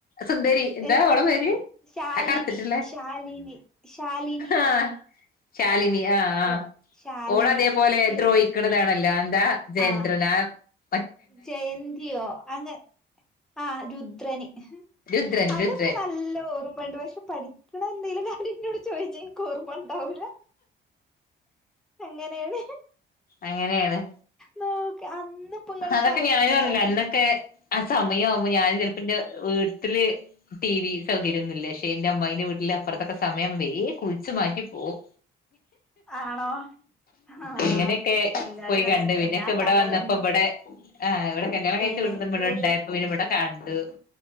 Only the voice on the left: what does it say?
സുന്ദരി എന്താ
അവഓള പേര്
ആ കറുത്തിട്ടില്ലേ
ആ ശാലിനി ആ ആ
ഓൾ അതേപോലെ
ദ്രോഹിക്ക്ണതാണലേ
<unintelligible> <unintelligible>
രുദ്രൻ
രുദ്രൻ
അങ്ങനെയാണ്
അതൊക്കെ
ഞാനും അറില്ല
അന്നൊക്കെ ആ സമയാവുമ്പോ ഞാനും ചെൽപ്പന്റ വ്ട്ട്ല് ടി വി സൗകര്യന്നുല്ല ക്ഷെ ഇന്റെ അമ്മായ്ന്റെ വീട്ടില് അപ്പർത്തൊക്കെ സമയംവയ് വേ കു ച് മാറ്റിപ്പോവും
അങ്ങനെക് ക്കെ
പോയി കണ്ട്
പിന്നൊക്കെ
ഇവടെ
വന്നപ്പോ വടെ ആഹ് വടെ കല്യാണം കയ്ച്ച
<unintelligible> കണ്ടു